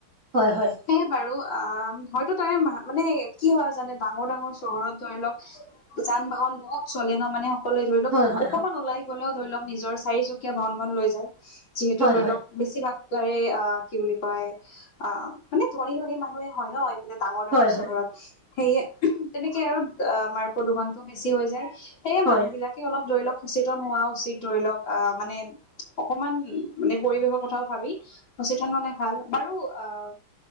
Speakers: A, on the right; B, on the left.
A: হয় হয়।
B: সেইয়াই বাৰু অ হয়তো তাৰে মানে কি হয় জানে ডাঙৰ- ডাঙৰ চহৰত ধৰি লওক। যান - বাহন বহুত চলে ন মানে। অকলে ধৰি লওক,
A: হয় হয় হয়
B: অকমান ওলাই গলেও ধৰি লওক নিজৰ চাৰিচকীয়া বাহন খন লৈ যায় যিহেতু
A: হয়
B: ধৰি
A: হয়
B: লওক। বেছিভাগ অ'কি বুলি কয় অ' মানে ধনী- ধনী মানুহে হয় ন, মানে ডাঙৰ ডাঙৰ
A: হয় হয়
B: চহৰত। সেইয়ে তেনেকে আৰু আমাৰ প্ৰদূষণটো বেছি হৈ যায় সেইয়ে
A: হয়
B: মানুহ বিলাক। অলপ ধৰি লওক সচেতন হোৱা উচিত ধৰি লওক আহ মানে। অকমান মানে পৰিৱেশৰ কথাও ভাবি সচেতন হলে ভাল বাৰু আহ।